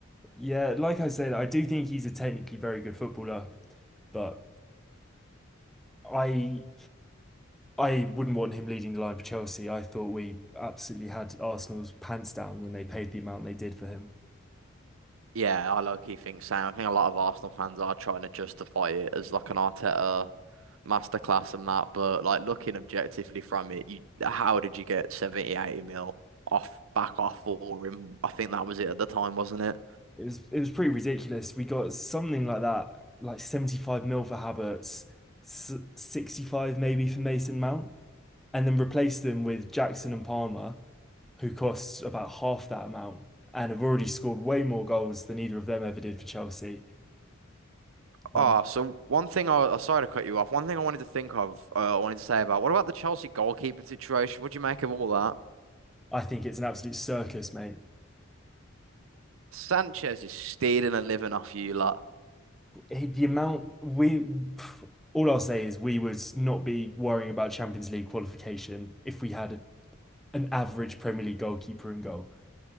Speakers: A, in the centre; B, on the right.
A: Yeah, like I said, I do think he's a technically very good footballer, but I I wouldn't want him leading the line for Chelsea. I thought we absolutely had Arsenal's pants down when they paid the amount they did for him.
B: Yeah, I low-key think same. I think a lot of Arsenal fans are trying to justify it as like an Arteta masterclass and that, but like looking objectively from it, you how did you get 70, 80 mil off back off for him? I think that was it at the time, wasn't it?
A: It was it was pretty ridiculous. We got something like that, like 75 mil for Havertz, s- 65 maybe for Mason Mount, and then replaced them with Jackson and Palmer, who cost about half that amount and have already scored way more goals than either of them ever did for Chelsea.
B: Oh,
A: Um,
B: so one thing I, I sorry to cut you off. One thing I wanted to think of, uh, I wanted to say about what about the Chelsea goalkeeping situation? What do you make of all that?
A: I think it's an absolute circus, mate.
B: Sanchez is stealing a living off you lot.
A: Eh, The amount we, pff, all I'll say is we would not be worrying about Champions League qualification if we had a, an average Premier League goalkeeper in goal.